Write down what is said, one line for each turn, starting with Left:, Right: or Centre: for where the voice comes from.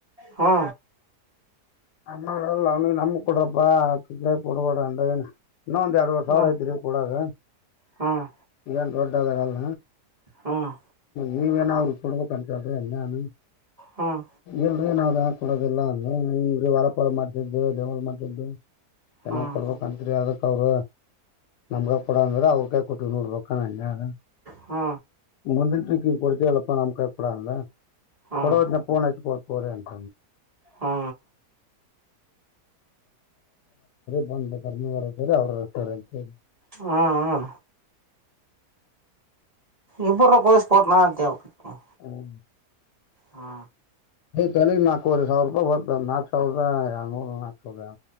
Right: ಹಾ
Left: ಅಡಲ್ಲ ಅವ್ನಿ ನಮ ಕೊಡ್ರಪ್ಪಾ ಕೊಡಬಡ ಅಂದ ಏನು ಇನ್ನೊ ಒಂದು ಎರಡ್ವರೆ ಸಾವರ
Right: ಹ್ಮ್
Left: ಐ್ದರಿ ಕೂಡಾಗ
Right: ಹ್ಮ್
Left: ಏನ್ ದೊಡ್ಡದಾಗಲ್ಲ
Right: ಹ್ಮ್ ಹ್ಮ್
Left: ನೀವೇನ ಅವ್ರು ಇ ಕೊಡ್ಬೇಕ ಕಾಣತಳ್ರಿ ಎಲ್ಲಾನು
Right: ಹ್ಮ್
Left: ಎಲ್ರೇ ನಾವ್ದ ಹಾ ಕೊಡೋದಿಲ್ಲ ಹಗೆ ಹೊಲಪಲ ಮಾಡ ಡೆವಪ್ ಮಾಡ್ದ್ದು ಚೆನ್ನಾಗ್
Right: ಹ್ಮ್
Left: ಕೊಡ್ಬೇಕ
Right: ಹ್ಮ್
Left: ಅಂತತ್ರಿ ಅದ ಅವರು ನಮ್ಗ ಕೊಡ ಅಂದ್ರೆ ಅವ್ರಕ ಕೊಟ್ಟವಿ ನೋಡ್ಬೇಕ ನಾನ ಯು
Right: ಹ್ಮ
Left: ಅ ಕೊಡ್ತ ಎಲ್ಲಪ್ಪ ನಮ್ ಕಾಯಿ ಕಡ ಅಲ್ಲ
Right: ಹ್ಮ್
Left: ಕೊಡಫೋನ್ ಆಯ ಕೊರ ಅಂತ
Right: ಹ್ಮ
Left: ಬಂದ ಕರ್ಮಿರಿ ಅವ್ರ ಅಂತರಿ
Right: ಹ್ಮ್ ಹ್ಮ ಇಬ ಕೊ <unintelligible>
Left: ಹೇಳಿ
Right: ಹಾ
Left: ತಳ ನಾಲ್ಕವರೆ ಸಾವಿರ ರೂಪಾಯ ಬರ್ತ ನಾಕಕ್ ಸಾವಿರದ ಎರಳ್ನೂರು ನಾಕ ಸಾವಿರ